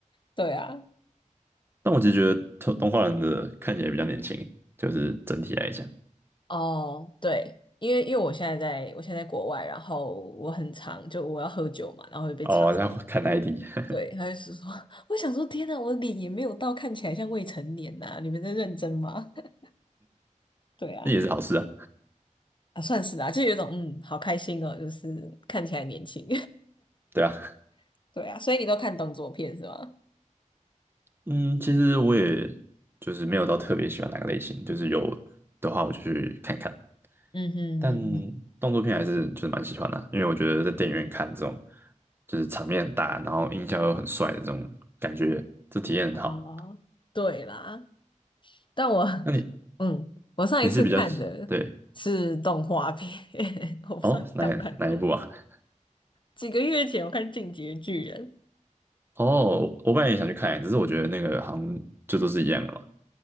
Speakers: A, on the left; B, on the right.
A: 对啊，
B: 但我其实觉得动动画人的看起来比较年轻欸，就是整体来讲。
A: 哦，对，因为因为我现在在我现在在国外，然后我很常就我要喝酒嘛，然后会被查，
B: 哦，然后看 ID，<laughs>
A: 对，他就是说，<laughs> 我想说天呐，我脸也没有到看起来像未成年呐、你们在认真吗？<laughs> 对啊，
B: 那也是好事啊，
A: 啊算是啦、就有一种嗯，好开心哦，就是看起来年轻，
B: 对啊。
A: <laughs> 对啊，所以你都看动作片是吗？
B: 嗯，其实我也就是没有到特别喜欢哪个类型，就是有的话我就去看看。
A: 嗯哼嗯
B: 但动作片还是就是蛮喜欢的啊，因为我觉得在电影院看这种就是场面很大，然后音效又很帅的这种感觉，这体验很好。
A: 哼，哦，对啦。但我，
B: 那你
A: 嗯，我上一次看的是动画片，
B: 你是比较对
A: <laughs> 我不知道你看不看动。
B: 哦哪哪一部啊？<laughs>
A: 几个月前我看《进击的巨人》，
B: 哦，我本来也想去看，只是我觉得那个好像就都是一样的嘛。